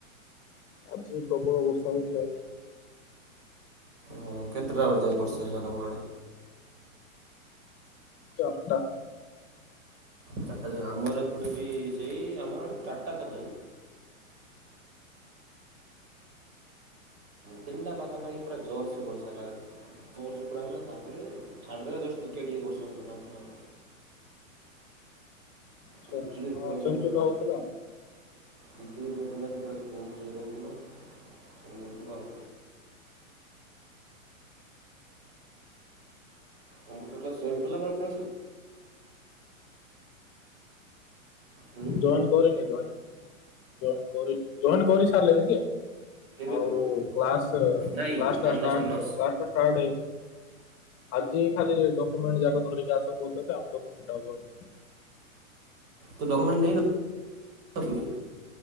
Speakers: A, on the left; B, on the right.
A: ଆଜି ପ୍ରବଳ ବର୍ଷା ହେଇଥିଲା ଆଜ୍ଞା।
B: ଅଁ କେତେଟା ବଜେ ବର୍ଷା ହେଲା ତମ ଆଡ଼େ?
A: ଚାରଟା।
B: ଚାରିଟା ଯାଏଁ। ଆମର ଏପଟେ ବି ସେଇ ଆମର ଆଡ଼େ ଚାରିଟା ତ ନାଇଁ। ତିନଟା ପାଖା ପାଖି ପୁରା ଜୋରସେ ବର୍ଷା ହେଲା। ଜୋରସେ ପୁରା ହେଲା ତାପରେ ଛାଡିଦେଲା, ଜଷ୍ଟ୍ ଟିକେ ଟିକେ ବର୍ଷା ହେଲା ତାପରେ ଆଉ
A: ଆଚ୍ଛା
B: ବିଜୁଳି
A: ହଁ
B: ଘଡଘଡି
A: ସେମିତି
B: ପୁରା
A: ତ ହଉଥିଲା ଆଉ
B: ବିଦ୍ୟୁତ <inaudible> ପୁରା ବହୁତ ଜୋରରେ ହେଉଥିଲା ସେ ହେଉଥିଲା ଆଉ। କମ୍ପ୍ୟୁଟର କ୍ଲାସ୍ ଜଏନ କଲ ନା <inaudible> ହୁଁ
A: ଜଏନ କରିନି ରେ ଭାଇ। ଜଏନ କରି, ଜଏନ କରି ସାରିଲିଣି ଯେ
B: କେବେ
A: ଆଉ
B: କର
A: କ୍ଲାସ,
B: ନାଇଁ
A: କ୍ଲାସ
B: ମାନସ
A: ଟା ଷ୍ଟାର୍ଟ
B: ମାନସ
A: କ୍ଲାସଟା ଷ୍ଟାର୍ଟ ହେଇନି। ଆଜି ଖାଲି ଡକ୍ୟୁମେଣ୍ଟ ଯାକ ଧରିକି ଆସ କହୁଥିଲେ ତ ଆମେ ଡକ୍ୟୁମେଣ୍ଟ ଟା <unintelligible>
B: ତୁ ଡକ୍ୟୁମେଣ୍ଟ ନେଇନା <unintelligible> ନ୍ତି କି?